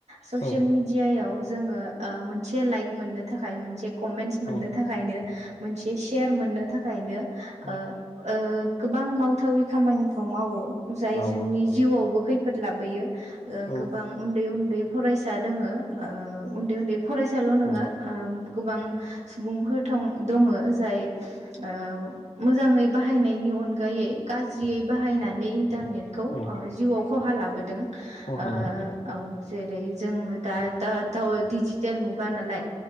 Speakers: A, on the right; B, on the left.
A: ससियेल
B: औ
A: मिडियायाव जोङो ओ मोनसे लाइक मोननो थाखाय मोनसे कमेन्टस मोननो
B: औ
A: थाखायनो मोनसे सेयार मोननो थाखायनो
B: औ
A: ओ ओ गोबां मावथावि खामानिखौ मावो जाय
B: मावो
A: जोंनि
B: औ
A: जिउआवबो खैफोद लाबोयो। ओ
B: औ
A: गोबां उन्दै उन्दै फरायसा दङो ओ उन्दै उन्दै फरायसाल' नङा
B: औ
A: ओम गोबां सुबुंफोर थं-दङ जाय ओ मोजाङै बाहायनायनि अनगायै गाज्रियै बाहायनानै इन्टारनेटखौ
B: औ
A: ओ जिउआव खहा लाबोदों। ओ
B: खहा लाबोदों
A: औ जेरै जोङो दा दाथ डिजिटेल मुगा नालाय